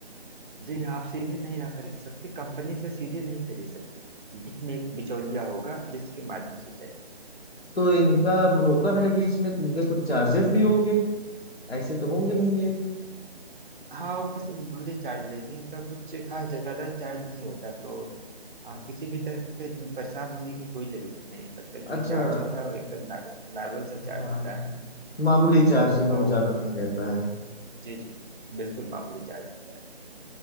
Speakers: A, on the right (about 50°); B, on the left (about 70°).
A: जी हाँ आप सीधे नहीं ना खरीद सकते कंपनी से सीधे नहीं खरीद सकते बीच में एक बिचौलिया होगा जिसके माध्यम से जाए
B: तो इनका ब्रोकर है बीच में तो इनके कुछ चार्जेस भी होंगे ऐसे तो होंगे नहीं ये
A: हाँ वो बस नॉर्मली चार्ज लेते हैं उनका कुछ खास ज्यादा चार्ज नहीं होता तो आ, किसी भी तरह से परेशान होने की कोई जरूरत नहीं मतलब जो
B: अच्छा
A: चार्ज होता है वो एकदम नॉर्मल सा चार्ज
B: हाँ
A: होता है
B: मामूली चार्ज है बहुत
A: और
B: ज्यादा नहीं रहता है
A: जी जी बिल्कुल मामूली चार्ज होता है